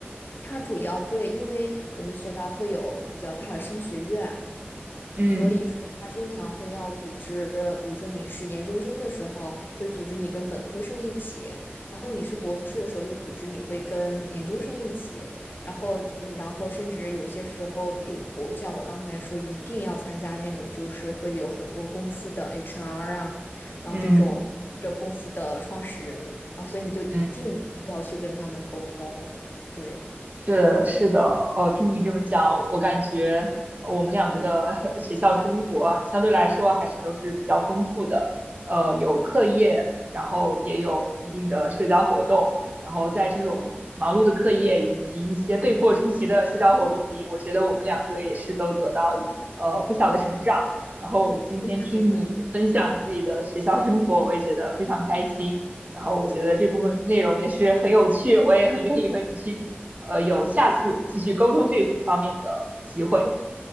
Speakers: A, on the left; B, on the right.
A: 它主要会，因为我们学校会有比较大的商学院，
B: 嗯
A: 所以说，他经常会要组织，比如说你是研究生的时候，会组织你跟本科生一起；然后你是博士的时候，又组织你会跟研究生一起。然后，嗯然后甚至有些时候有我像我刚才说，一定要参加那种就是会有很多公司的 HR 啊，然后这种或者公司的创始人，
B: 嗯
A: 然后所以你就一定要去跟他们沟通。
B: 嗯。
A: 对，
B: 是是的，哦，听你这么讲，我感觉我们两个的 <laughs> 学校生活相对来说还是都是比较丰富的，呃，有课业，然后也有一定的社交活动，然后在这种忙碌的课业以及一些被迫出席的社交活动里，我觉得我们两个也是都得到呃不小的成长。然后我今天听你分享自己的学校生活，
A: 对对的，的。
B: 我也觉得非常开心。然后我觉得这部分内容也是很有趣，我也很愿意和你去呃有下次继续沟通这方面的机会。